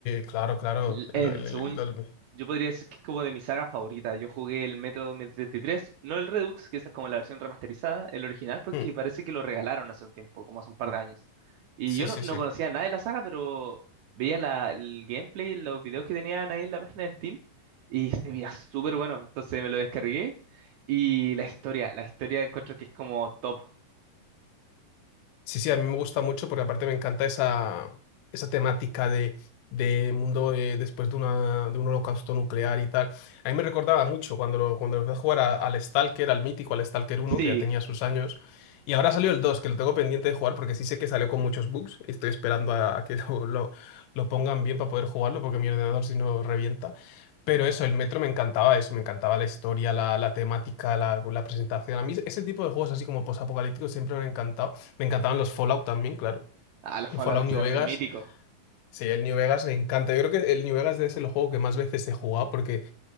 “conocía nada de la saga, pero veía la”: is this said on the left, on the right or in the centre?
Right